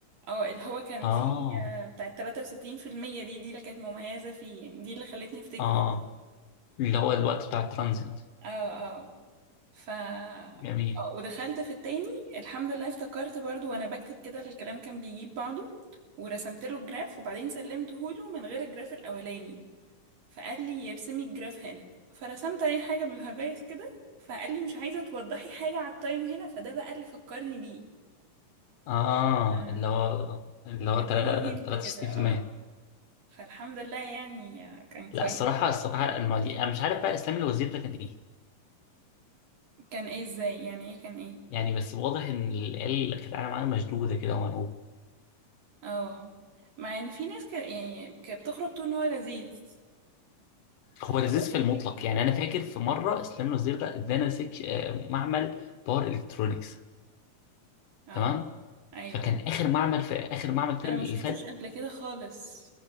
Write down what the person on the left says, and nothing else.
اه
اه
اللي هو الوقت بتاع الترانزيت
جميل
اه
اللي هو اللي هو
تلا-
63%
لا الصراحه الصراحه المواضيع انا مش عارف بقى اسلام الوزير ده كان ايه
يعني بس واضح ان العيال اللي كانت قاعده معاه مشدوده كده ومرعوبه
هو هو لذيذ
في المطلق
يعني انا فاكر في مره اسلام الوزير ده ادانا سك آه، معمل باور الكترونكس
تمام
فكان اخر معمل في اخر معمل الترم
اللي
فات